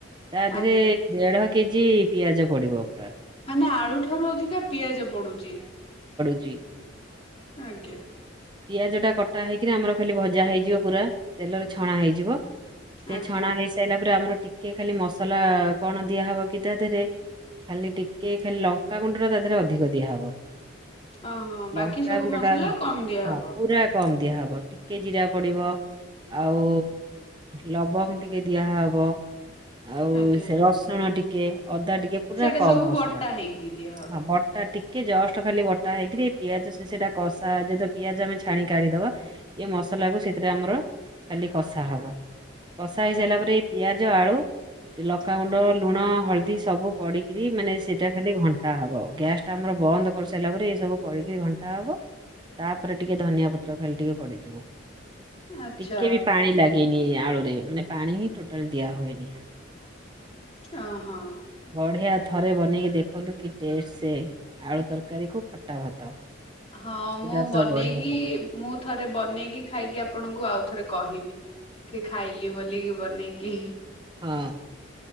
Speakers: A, on the right; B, on the left.
A: ତା ଢ଼େରେ
B: ଆଜ୍ଞା
A: ଦେଢ଼। କେଜି। ପିଆଜ ପଡିବ। ପୁରା
B: ମାନେ ଆଳୁଠାରୁ ଅଧିକା ପିଆଜ ପଡୁଛି।
A: ପ୍ରି।
B: ଆଜ୍ଞା।
A: ପିଆଜ ଟା କଟା ହେଇକି ରି ଆମର ଖାଲି ଭଜା ହେଇଯିବ ପୁରା ତେଲରେ ଛଣା ହେଇଯିବ। ସେ
B: ଆଜ୍ଞା
A: ଛଣା ହେଇ ସାରିଲା ପରେ ଆମର। ଟିକେ ଖାଲି ମସଲା କଣ ଦିଆହବ କି ତା ଦେହରେ। ଖାଲି ଟିକେ ଖାଲି ଲଙ୍କା ଗୁଣ୍ଡ ଟା ତା ଦେହରେ ଅଧିକ ଦିଆହବ।
B: ଓହୋ ବାକି
A: ଲଙ୍କା
B: ସବୁ
A: ଗୁଣ୍ଡ
B: ମସଲା
A: ଟା
B: କମ ଦିଆ
A: ହଁ
B: ହବ।
A: ପୁରା କମ ଦିଆହବ ଟିକେ ଜିରା ପଡିବ ଆଉ ଲବଙ୍ଗ ଟିକେ ଦିଆହବ। ଆଉ
B: ଆଜ୍ଞା
A: ସେ ରସୁଣ ଟି କେ। ଅଦା ଟିକେ ପୁରା
B: ସେଇଟା
A: କମ
B: ସବୁ
A: ମସଲା
B: ବଟା ହେଇକି ଦିଆହବ।
A: ବଟା ଟି କି ଜଷ୍ଟ ଖାଲି ବଟା ହେଇକିରି ପିଆଜ ସେଟା କଷା ଯେହେତୁ ପିଆଜ ଆମେ ଛାଣି କାଢ଼ିଦବା। ଏ ମସଲା କୁ ସେଥିରେ ଆମର ଖାଲି କଷା ହବ। କଷା ହେଇସାରିଲା
B: ଆଜ୍ଞା
A: ପରେ ପିଆଜ ଆଳୁ ଲଖାଗୁଣ୍ଡ, ଲୁଣ, ହଳଦୀ। ସବୁ ପଡ଼ିକିରି ମାନେ ସେଇଟା ଖାଲି ଘଣ୍ଟା ହେବ ଗ୍ୟାସ୍। ଆମର ବନ୍ଦ କରିସାରିଲା ପରେ ଏଇ ସବୁ ପଡିକିରି ଘଣ୍ଟା ହବ, ତାପରେ ଟିକେ ଧନିଆ ପତ୍ର ଖାଲି ଟିକେ ପଡିଯିବ।
B: ଆଚ୍ଛା
A: ଟିକେ ବି ପାଣି ଲାଗେନି ଏଇଆ। ଆଳୁରେ ମାନେ ପାଣି ହି ଟୋଟାଲ ଦିଆ ହୁଏନି।
B: ଅ ହଁ।
A: ବଢ଼ିଆ ଥରେ ବନେଇକି ଦେଖନ୍ତୁ କି ଟେଷ୍ଟ ସେ, ଆଳୁ ତରକାରୀକୁ ଖଟା ଭାତ।
B: ହଁ
A: ପୁରା
B: ମୁଁ ବନେଇକି,
A: ତ ବଢିଆ ଲାଗେ।
B: ମୁଁ ଥରେ ବନେଇକି ଖାଇକି ଆପଣକୁ ଆପଣଙ୍କୁ ଆଉ ଥରେ କହିବି। କି ଖାଇଲି ବୋଲି ବନେଇକି
A: ହଁ।